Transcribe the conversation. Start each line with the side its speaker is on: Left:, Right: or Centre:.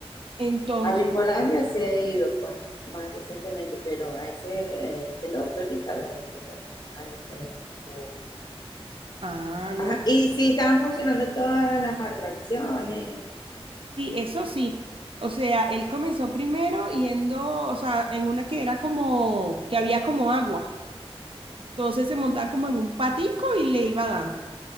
Right: Entonces,
Left: A Bimbolandia sí he ido, pues, más recientemente, pero a ese, eh, el otro, el Italo, no tengo años que no, no.
Right: ah, no.
Left: Ajá, y sí estaban funcionando todas las atracciones.
Right: Sí, eso sí. O sea, él comenzó primero yendo, o sea, en una que era como, que había como agua. Entonces se montaba como en un patico y le iba dando.